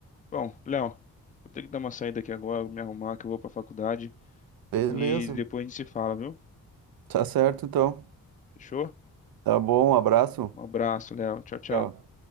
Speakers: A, on the left; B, on the right.
A: Bom, Léo, vou ter que dar uma saída aqui agora, me arrumar que eu vou pra faculdade.
B: Beleza,
A: E depois a gente se fala, viu?
B: tá certo então.
A: Fechou?
B: Tá bom, um abraço.
A: Um abraço, Léo. Tchau, tchau.
B: Tchau.